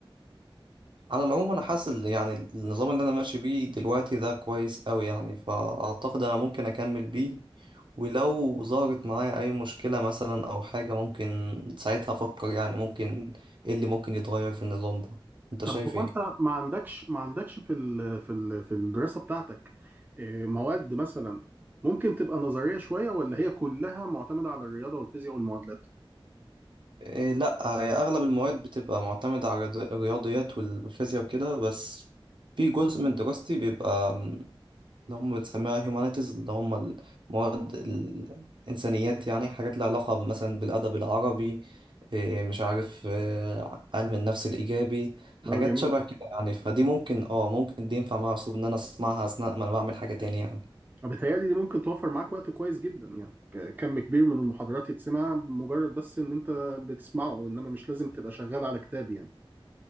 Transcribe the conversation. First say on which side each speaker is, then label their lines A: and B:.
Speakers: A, on the right (about 55°); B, on the right (about 20°).
A: على العموم انا حاسس إن يعني النظام اللي انا ماشي بيه دلوقتي ده كويس قوي يعني فاعتقد انا ممكن اكمل بيه ولو ظهرت معايا اي مشكلة مثلا او حاجة ممكن ساعتها افكر يعني ممكن ايه اللي ممكن يتغير في النظام ده انت
B: طب
A: شايف
B: هو
A: ايه؟
B: انت ما عندكش ما عندكش في ال في ال في الدراسة بتاعتك آه، مواد مثلا ممكن تبقى نظرية شوية ولا هي كلها معتمدة على الرياضة والفيزياء والمعادلات؟
A: إيه لا هي اغلب المواد بتبقى معتمدة على الرياض- الرياضيات وال- والفيزياء وكده بس في جزء من دراستي بيبقى اللي هم بتسميها humanities اللي هم المواد الإنسانيات يعني حاجات لها علاقة مثلا بالأدب العربي إيه مش عارف آه، علم النفس الإيجابي حاجات
B: اه جميل
A: شبه كده يعني فدي ممكن اه ممكن دي ينفع مع أسلوب إن أنا أسمعها أثناء ما أنا بعمل حاجة تاني يعني
B: بتهيألي دي ممكن توفر معاك وقت كويس جدا يعني ك- كم كبير من المحاضرات يتسمع مجرد بس ان انت بتسمعه انما مش لازم تبقى شغال على كتاب يعني